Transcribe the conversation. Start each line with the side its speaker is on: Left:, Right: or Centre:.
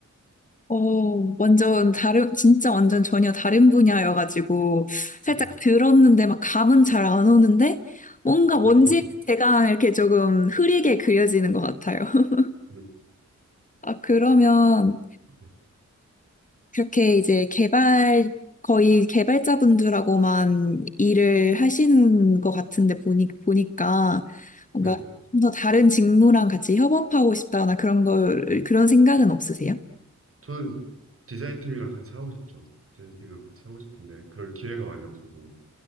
Left: 어, 완전 다른, 진짜 완전 전혀 다른 분야여가지고, 살짝
Right: 네.
Left: 들었는데 막 감은 잘 안 오는데, 뭔가
Right: <laughs>
Left: 뭔지 제가 이렇게 조금 흐리게 그려지는 것 같아요. <laughs>
Right: 네.
Left: 아, 그러면,
Right: 네.
Left: 그렇게 이제 개발, 거의 개발자분들하고만 일을 하시는 것 같은데, 보니, 보니까, 뭔가
Right: 네네.
Left: 좀 더 다른 직무랑 같이 협업하고 싶다나 그런 걸, 그런 생각은 없으세요?
Right: 저는 디자인 팀이랑 같이 하고 싶죠. 디자인 팀이랑 같이 하고 싶은데 그럴 기회가 많이 없어서.